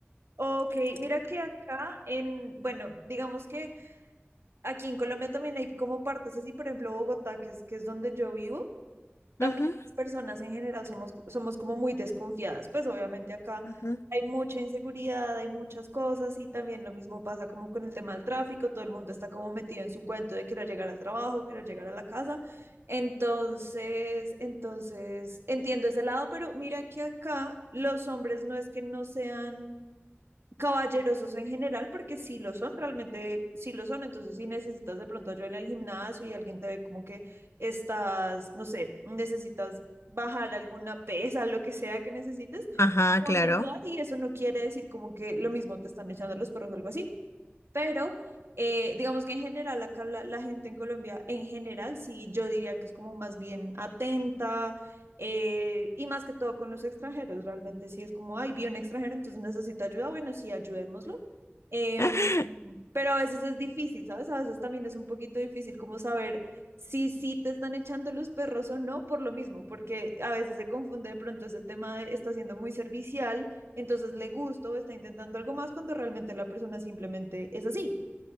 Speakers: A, on the right (about 65°); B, on the left (about 75°).
A: Ok, mira que acá en, bueno, digamos que aquí en Colombia también hay como partes así, por ejemplo, Bogotá, que es, que es donde yo vivo, también
B: Ujú.
A: las personas en general somos, somos como muy desconfiadas, pues obviamente acá
B: Ajá.
A: hay mucha inseguridad, hay muchas cosas y también lo mismo pasa como con el tema del tráfico, todo el mundo está como metido en su cuento de querer llegar al trabajo, querer llegar a la casa, entonces, entonces, entiendo ese lado, pero mira que acá los hombres no es que no sean caballerosos en general, porque si lo son, realmente si lo son, entonces si necesitas de pronto ayuda en el gimnasio y alguien te ve como que estás, no sé, necesitas bajar alguna pesa, lo que sea que necesites, te
B: Ajá, claro.
A: van a ayudar y eso no quiere decir como que lo mismo te están echando los perros o algo así, pero eh, digamos que en general acá la, la gente en Colombia, en general, sí, yo diría que es como más bien atenta. eh, y más que todo con los extranjeros, realmente sí es como, ay, vi un extranjero, entonces necesita ayuda, bueno, sí, ayudémoslo. Em,
B: <laughs>
A: pero a veces es difícil, ¿sabes? A veces también es un poquito difícil como saber si sí te están echando los perros o no por lo mismo, porque a veces se confunde de pronto ese tema de está siendo muy servicial entonces le gustó o está intentando algo más cuando realmente la persona simplemente es así.